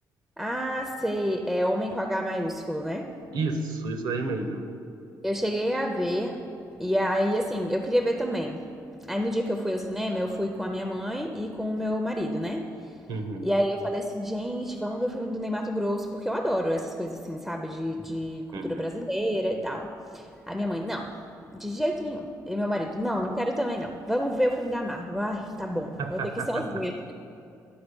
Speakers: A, in the centre; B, on the right.
A: Ah, sei. É Homem com H maiúsculo, né?
B: Isso, isso aí mesmo.
A: Eu cheguei a ver, e aí, assim, eu queria ver também. Aí no dia que eu fui ao cinema, eu fui com a minha mãe e com o meu marido, né?
B: Uhum,
A: E aí eu falei assim, gente, vamos ver o filme do Ney Matogrosso, porque eu adoro essas coisas assim, sabe? De, de cultura
B: uhum.
A: brasileira e tal. A minha mãe, não, de jeito nenhum. E meu marido, não, não quero também não. Vamos ver o filme da Marvel. Ai, tá bom,
B: <laughs>
A: vou ter que ir sozinha.